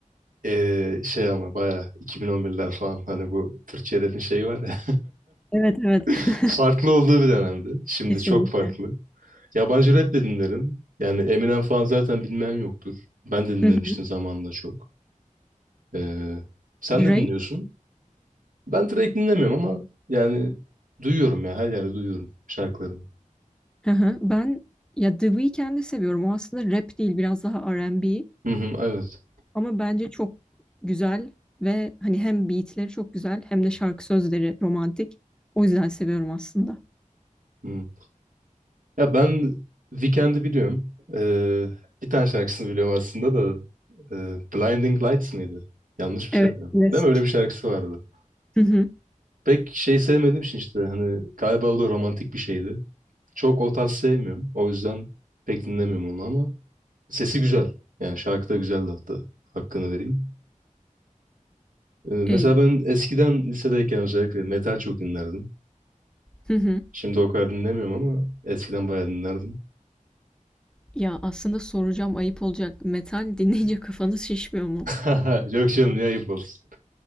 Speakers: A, on the right (about 80°); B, in the centre.
A: Ee, şey ama baya 2011'ler falan hani bu Türkçe rap'in şeyi var ya.
B: Evet, evet.
A: <laughs>
B: <laughs>
A: Farklı olduğu bir dönemdi. Şimdi
B: Kesinlikle.
A: çok farklı. Yabancı rap de dinlerim. Yani Eminem falan zaten bilmeyen yoktur. Ben de dinlemiştim
B: Hı hı.
A: zamanında çok. Ee, sen
B: Drake.
A: ne dinliyorsun? Ben direkt dinlemiyorum ama yani duyuyorum ya her yerde duyuyorum şarkılarını.
B: Hı hı. Ben ya The Weeknd'i seviyorum. O aslında rap değil, biraz daha R&B.
A: Hı hı, evet.
B: Ama bence çok güzel ve hani hem beatleri çok güzel hem de şarkı sözleri romantik. O yüzden seviyorum aslında.
A: Hı. Ya ben Weekend'i biliyorum. Ee, bir tane şarkısını biliyorum aslında da. e, Blinding Lights mıydı? Yanlış mı
B: Evet,
A: söylüyorum?
B: klasik.
A: Değil mi? Öyle bir şarkısı vardı.
B: Hı hı.
A: Pek şey sevmediğim için işte hani galiba o da romantik bir şeydi. Çok o tarz sevmiyorum. O yüzden pek dinlemiyorum onu ama sesi güzel. Yani şarkı da güzeldi hatta. Hakkını vereyim. Ee, mesela
B: E,
A: ben eskiden lisedeyken özellikle metal çok dinlerdim.
B: hı hı.
A: Şimdi o kadar dinlemiyorum ama eskiden bayağı dinlerdim.
B: Ya, aslında soracağım, ayıp olacak. Metal dinleyince kafanız şişmiyor mu?
A: <laughs> Yok canım ne ayıp olsun.